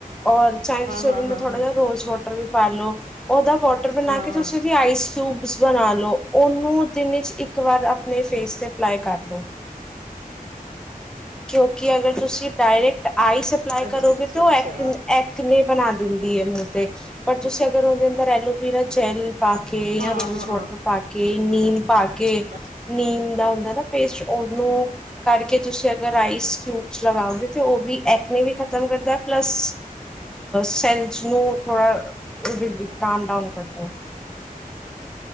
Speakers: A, in the centre; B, on the right.
A: ਔਰ ਚਾਹੇ ਤੁਸੀਂ
B: ਹਾਂ
A: ਇਹਦੇ ਅੰਦਰ
B: ਹਾਂ
A: ਥੋੜਾ
B: ਹਾਂ
A: ਜਿਹਾ ਰੋਜ਼ ਵਾਟਰ ਵੀ ਪਾਲੋ ਉਹਦਾ ਵਾਟਰ ਬਣਾ
B: ਹਾਂ
A: ਕੇ ਤੁਸੀਂ ਵੀ ਆਈਸ ਕਿਊਬ ਬਣਾ ਲਓ, ਉਹਨੂੰ ਦਿਨ ਵਿੱਚ ਇੱਕ ਵਾਰ ਆਪਣੇ ਫੇਸ ਤੇ ਅਪਲਾਈ ਕਰ ਲਓ। ਕਿਉਂਕਿ ਅਗਰ ਤੁਸੀਂ ਡਾਇਰੈਕਟ ਆਈ ਸਪਲਾਈ
B: ਅੱਛਾ
A: ਕਰੋਗੇ
B: ਅੱਛਾ
A: ਤੋ
B: ਅੱਛਾ
A: ਐ ਐਕ ਨੇ ਬਣਾ ਦਿੰਦੇ ਕੀ ਹੈ ਮੂੰਹ ਤੇ ਪਰ ਤੁਸੀਂ ਅਗਰ ਉਸਦੇ ਅੰਦਰ ਏਲੋ ਵੀਰੲ ਜੈਲ ਪਾ ਕੇ
B: ਹਾਂ
A: ਜਾਂ ਰੋਜ਼
B: ਹਾਂ
A: ਵਾਟਰ ਪਾ ਕੇ ਨੀਮ ਪਾਕੇ ਕੇ
B: ਅੱ
A: ਨੀਮ ਦਾ ਹੁੰਦਾ ਪੇਸਟ ਉਹਨੂੰ ਕਰਕੇ ਤੁਸੀਂ ਅ ਊ ਆਈਸ ਕਯੂਬ ਲਗਾਓਗੇ ਉਹਵੀ ਇਕਨੇ ਵੀ ਖਤਮ ਕਰਦਾ ਪਲਸ ਸੈਨਜ ਨੂੰ ਥੋੜਾ ਕਮ ਡਾਊਨ ਕਰਦਾ।